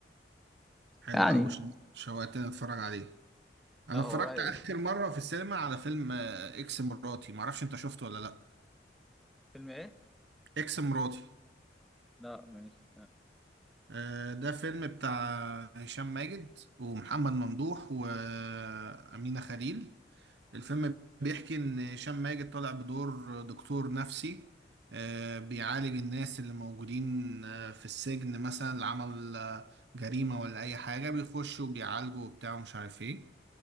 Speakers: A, on the right; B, in the centre.
A: حلو
B: يعني
A: أوي شو- شوقتني اتفرج عليه انا
B: لا هو
A: اتفرجت
B: رايق
A: اخر مرة في السينما على فيلم آه، اكس مراتي معرفش انت شفته ولا لا
B: فيلم ايه؟
A: اكس مراتي
B: لا ماشي
A: آه، ده فيلم بتاع هشام ماجد ومحمد ممدوح وأمينة خليل الفيلم بيحكي إن هشام ماجد طالع بدور دكتور نفسي آه، بيعالج الناس اللي موجودين آه، في السجن مثلا اللي عمل آه، جريمة ولا أي حاجة بيخش وبيعالجه وبتاع ومش عارف إيه